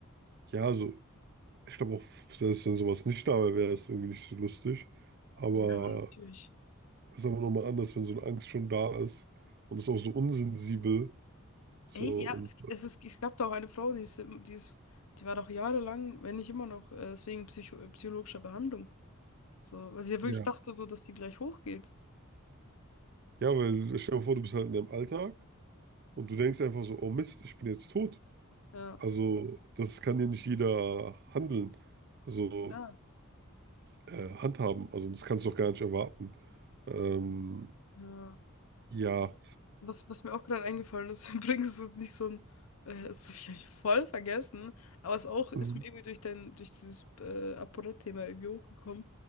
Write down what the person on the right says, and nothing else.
ja, so Ich glaube auch, selbst wenn sowas nicht da wäre, wäre es irgendwie nicht so lustig. Aber
es ist aber nochmal anders, wenn so eine Angst schon da ist und es ist auch so unsensibel. So
und
ja.
Ja, weil stell dir mal vor, du bist halt in deinem Alltag und du denkst einfach so, oh Mist, ich bin jetzt tot.
Also, das kann ja nicht jeder handeln, also
äh, handhaben. Also, das kannst du doch gar nicht erwarten. Ähm,
ja.
Mhm.